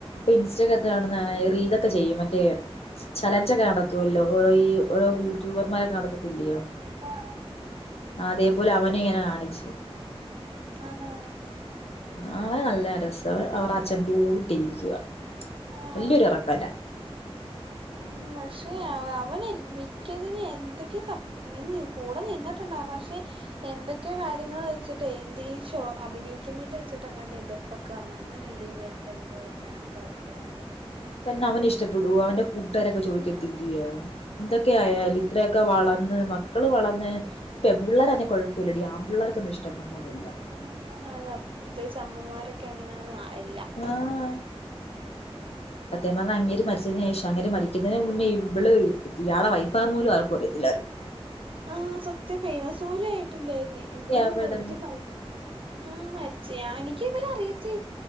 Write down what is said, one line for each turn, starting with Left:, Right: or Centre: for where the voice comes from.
Left: ഇൻസ്റ്റഗതൊക്കെ ചെയ്യും മറ്റേ ചലഞ്ച്ക്കെ നടത്തുമല്ലോ ഓരോ ഈ ഓരോ യൂട്യൂബർമാരൊക്കെ നടത്തത്തില്ലയോ
Right: ആ
Left: ആ അതേപോലെ അവന ഇങ്ങനെ കാണിച്ചു
Right: ആഹ ആഹ
Left: അവ നല്ല രസം അവർ അച്ഛ്റെ കൂട്ടിരിക്കുക
Right: ആ
Left: വല്യൊരു ഉറപന്റ
Right: ഉം പക്ഷെ അവന മിക്കതിന് എന്തൊക്കെയ കൂടെ നിന്നിട്ടു പക്ഷെ എന്തൊക്കെയോ കാര്യങ്ങൾ വെച്ചിട്ട് എന്ത് ഈ ഷോ അഭിനയിക്കുന്നതിന്റെ വെച്ചിട്ട് അങ്ങാണ്ട് എതിർ ഇപ്പൊക്കന്ന അങ്ങനെല്ലീവരുടെ എന്തോ പിണക്കൊക്കെ ആയ
Left: പിന്നെ അവന് ഇഷ്ടപ്പെടുൂ അവന്റെ കൂട്ടുകാരൊക്കെ ചോദിക്കത്തില്യോ
Right: ഉം,
Left: എന്തൊക്കെയ ആായാലും
Right: അത്
Left: ഇത്രയൊക്കെ വളർന്ന ഏ മക്കള് വളന്നേ പെൺ പിള്ളേരാണെകി കൊഴപ്പല്ലടി ആമ്പിള്ളേർക്കത് ഇഷ്ടപ്പെട്ണോ ന്നി
Right: <unintelligible> പ്രത്യേകിച്ച് അമ്മമാരൊക്കെ അങ്ങനെത് ആയി
Left: ആഹ സത്യം പറഞ്ഞ അങ്ങേര് മരി <inaudible> ശേഷം അങ്ങര് മരിക്കുന്നതിന് മുന്നേ ഇവള് ഇയാളെ വൈഫാന്ന് പോലും ആർക്കും അറിയതില്ലായിരുന്നു
Right: ആഹ സത്യം ഫൈമസോലും ആയിട്ടില്ലായി ഇങ്ങനെണ്ടോ
Left: എവിടെന്ന്
Right: ഇത് മർ ആ മരിച്ച എനിക്ക് ഇവരറിയത്തി